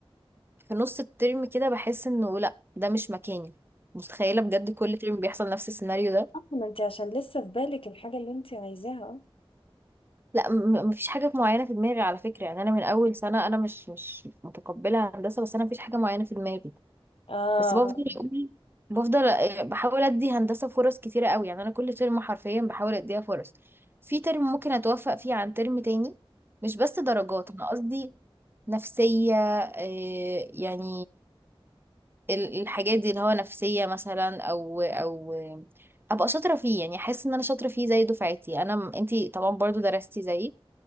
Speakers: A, on the right; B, on the left.
A: في نص الترم كده بحس انه لا ده مش مكاني متخيله بجد كل ترم بيحصل نفس السيناريو ده
B: آه، ما انت عشان لسه في بالك الحاجة اللي انت عايزاها
A: لا م- مفيش حاجة معينة في دماغي على فكرة يعني أنا من أول سنة أنا مش مش متقبلة هندسة بس أنا مفيش حاجة معينة في دماغي
B: اه
A: بس بفضل
B: اه
A: أقول بفضل آه، بحاول أدي هندسة فرص كتيرة قوي يعني أنا كل ترم حرفيا بحاول أديها فرص في ترم ممكن أتوفق فيه عن ترم تاني مش بس درجات أنا قصدي نفسية آه، يعني ال- الحاجات دي اللي هو نفسية مثلا أو أو آه، أبقى شاطرة فيه يعني أحس إن أنا شاطرة فيه زي دفعتي أنا م- أنتي طبعا برضو درستي زيي